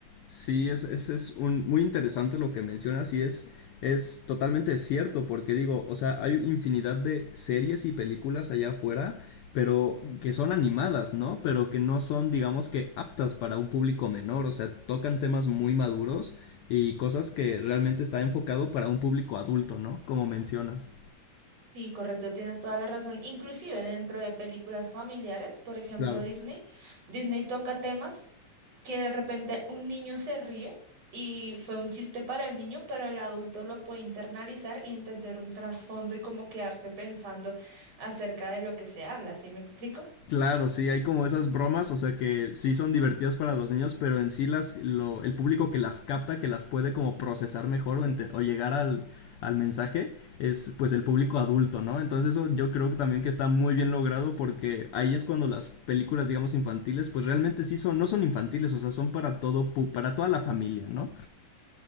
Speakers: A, on the left; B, on the right.
A: Sí, es, es, es un, muy interesante lo que mencionas y es, es totalmente cierto, porque digo, o sea, hay infinidad de series y películas allá afuera, pero que son animadas, ¿no? Pero que no son, digamos que, aptas para un público menor, o sea, tocan temas muy maduros y cosas que realmente está enfocado para un público adulto, ¿no? Como mencionas.
B: Sí, correcto, tienes toda la razón. Inclusive dentro de películas familiares, por ejemplo
A: Claro.
B: Disney, Disney toca temas que de repente un niño se ríe y fue un chiste para el niño, pero el adulto lo puede internalizar y entender un trasfondo y como quedarse pensando acerca de lo que se habla, ¿sí me explico?
A: Claro, sí, hay como esas bromas, o sea que sí son divertidas para los niños, pero en sí las, lo- el público que las capta, que las puede como procesar mejor o, ente- o llegar al, al mensaje, es pues el público adulto, ¿no? Entonces eso yo creo que también que está muy bien logrado porque ahí es cuando las películas, digamos, infantiles, pues realmente sí son, no son infantiles, o sea, son para todo, pu- para toda la familia, ¿no?